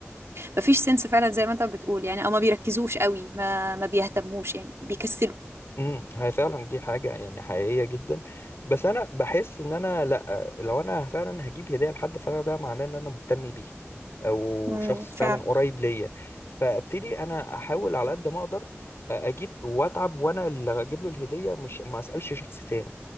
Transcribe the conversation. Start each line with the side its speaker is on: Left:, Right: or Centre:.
Right: ما فيش سنس فعلا زي ما انت بتقول يعني او ما بيركزوش قوي ما ما بيهتموش يعني بيكسلوا
Left: امم هي فعلا دي حاجة يعني حقيقية جدا بس انا بحس ان انا لا لو انا فعلا هجيب هدية لحد فعلا ده معناه ان انا مهتم بيه او
Right: امم
Left: شخص
Right: فعلا
Left: فعلا قريب ليا فابتدي انا احاول على قد ما اقدر اجيب واتعب وانا اللي اجيب له الهدية مش ما اسألش شخص تاني